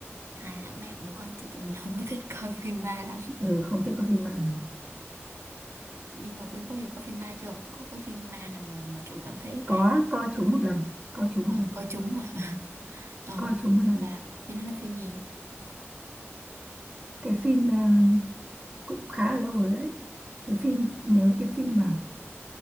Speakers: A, on the right; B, on the right.
A: hài lãng mạn đồ ha chứ tụi mình <laughs> không có thích coi phim ma lắm
B: ừ, không thích coi phim ma lắm
A: nhưng mà Quyên có bao giờ coi phim ma chưa có cái phim ma nào mà mà kiểu cảm thấy
B: có coi chúng một lần coi chúng
A: Ờ,
B: một lần
A: coi chúng mà Ờ,
B: coi chúng một lần
A: là thì nó là phim gì?
B: cái phim à, cũng khá là lâu rồi đấy cái phim nhớ cái phim mà